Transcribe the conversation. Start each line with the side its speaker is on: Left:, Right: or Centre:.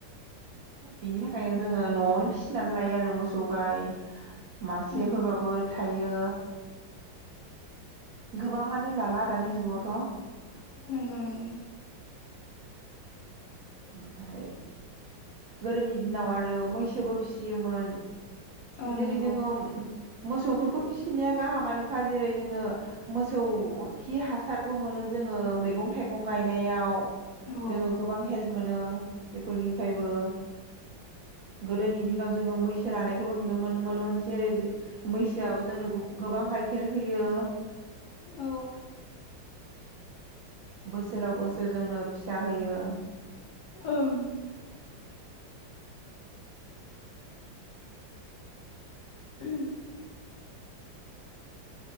Right: बिनि थाखायनो जोङो न'आवनो फिसिनानै लायो आरो मोसौ गाय मासेफोरबाबो
Left: उम
Right: थायो। गोबाङानो लाला दानि जुगावथ'।
Left: नोंगौ नोंगौ।
Right: ओमफाय गोदोनि दिनाव आरो मैसोबो फिसियोमोन।
Left: औ
Right: जेरै
Left: नंगौ
Right: जोङो मोसौफोरखौ फिसिनाया गाहामानोखा जेरै जोंनो मोसौ खि हासारबो मोनो। जोङो मैगं थाइगं गायनायाव
Left: औ
Right: जोङो गोबां हेल्प मोनो बेफोरनिफ्रायबो गोदोनि दिनाव जोङो मैसो लानाय खौबो नुनो मोनोमोन जेरै मैसोआबो जोंनो गोबां गाइखेर होयो।
Left: औ।
Right: बोसोराव बोसोर जोंनो फिसा होयो।
Left: ओं। <inaudible>